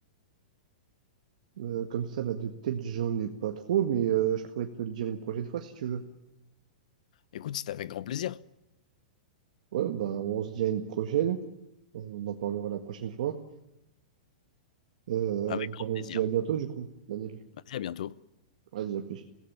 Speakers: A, on the right; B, on the left.
A: Euh, comme ça, là, de tête, j'en ai pas trop, mais euh, je pourrais te le dire une prochaine fois si tu veux.
B: Écoute, c'était avec grand plaisir.
A: Ouais, bah, on se dit à une prochaine. On en parlera la prochaine fois. Euh,
B: Avec
A: bah,
B: grand
A: on
B: plaisir.
A: se dit à bientôt, du coup, Daniel.
B: Vas-y, à bientôt.
A: Vas-y, à plus.